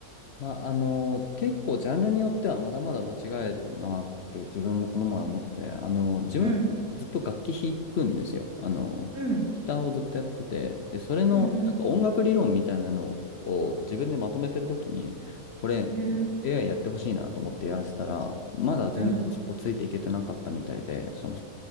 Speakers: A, on the left (about 60°); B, on the right (about 80°).
A: まあ、あの結構ジャンルによってはまだまだ間違えるなって自分もこの前思って、あの自分ずっと楽器弾くんですよ。
B: うん、
A: あのギターをずっとやってて、
B: うん、
A: で、それのなんか音楽理論みたいなのを自分でまとめてるときに、
B: うん、うん。
A: これ
B: えー、
A: AI やってほしいなと思ってやらせたら、まだ全然そこついていけてなかったみたいで、
B: うん。
A: そ